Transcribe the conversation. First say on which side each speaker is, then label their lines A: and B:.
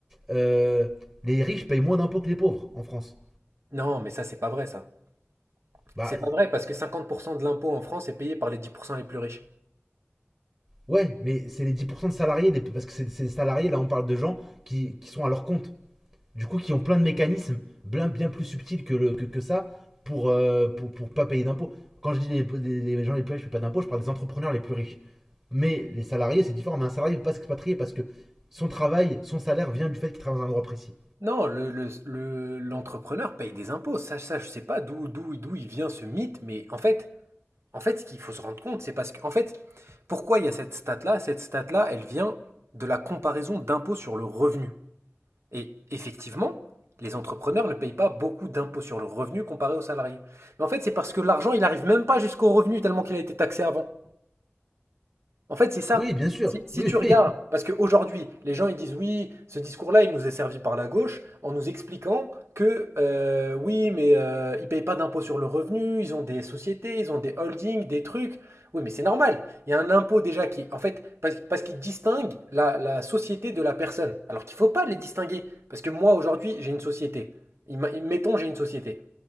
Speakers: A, on the right; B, on the right.
A: euh, les riches payent moins d'impôts que les pauvres en France.
B: Non, mais ça, c'est pas vrai, ça.
A: Bah
B: C'est pas vrai, parce que 50% de l'impôt en France est payé par les 10% les plus riches.
A: ouais, mais c'est les 10% de salariés, parce que c'est c'est salariés, là on parle de gens qui, qui sont à leur compte. du coup qui ont plein de mécanismes bien, bien plus subtils que, le, que, que ça pour, euh, pour, pour pas payer d'impôts. Quand je dis les, les- les gens les plus riches ne payent pas d'impôts, je parle des entrepreneurs les plus riches. Mais les salariés, c'est différent. Mais un salarié ne peut pas s'expatrier parce que son travail, son salaire vient du fait qu'il travaille dans un endroit précis.
B: Non, le, le- le- l'entrepreneur paye des impôts. Ça, ça, je sais pas d'où, d'où, d'où il vient ce mythe, mais en fait, En fait, ce qu'il faut se rendre compte, c'est parce que, en fait, pourquoi il y a cette stat-là Cette stat-là, elle vient de la comparaison d'impôts sur le revenu. Et effectivement, les entrepreneurs ne payent pas beaucoup d'impôts sur le revenu comparé aux salariés. Mais en fait, c'est parce que l'argent, il n'arrive même pas jusqu'au revenu tellement qu'il a été taxé avant. En fait, c'est ça.
A: Oui, bien sûr.
B: Si, si
A: Oui,
B: tu regardes,
A: oui.
B: parce qu'aujourd'hui, les gens ils disent oui, ce discours-là, il nous est servi par la gauche en nous expliquant que euh, oui, mais euh, ils ne payent pas d'impôt sur le revenu, ils ont des sociétés, ils ont des holdings, des trucs. Oui, mais c'est normal. Il y a un impôt déjà qui, en fait, parce, parce qu'il distingue la, la société de la personne. Alors qu'il ne faut pas les distinguer. Parce que moi, aujourd'hui, j'ai une société. Ima- Mettons, j'ai une société.